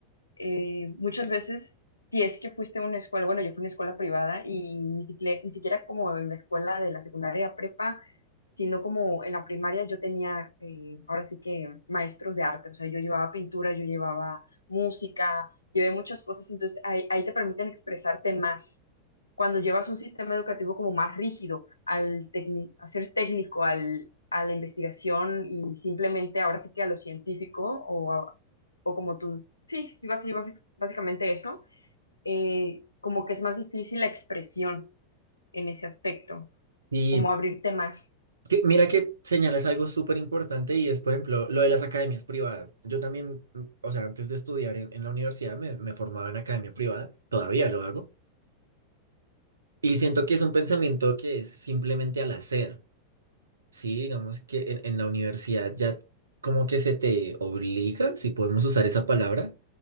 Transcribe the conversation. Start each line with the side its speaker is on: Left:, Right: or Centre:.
Left: eh, muchas veces, si es que fuiste a una escuela, bueno, yo fui a una escuela privada y ni siquiera, ni siquiera como en la escuela de la secundaria prepa sino como en la primaria yo tenía, eh, ahora sí que maestros de arte, o sea, yo llevaba pintura, yo llevaba música, llevé muchas cosas, entonces ahí, ahí te permiten expresarte más. Cuando llevas un sistema educativo como más rígido, al tecni- a ser técnico, al, a la investigación y simplemente ahora sí que a lo científico o, a- o como tú, sí, sí, basi- sí, basi- básicamente eso, eh, como que es más difícil la expresión en ese aspecto,
Right: Y
Left: como abrirte más.
Right: que- mira que señalas algo súper importante y es, por ejemplo, lo de las academias privadas. Yo también, mm, o sea, antes de estudiar en, en la universidad me, me formaba en academia privada, todavía lo hago. Y siento que es un pensamiento que es simplemente al hacer, ¿sí? Digamos que en, en la universidad ya como que se te obliga, si podemos usar esa palabra,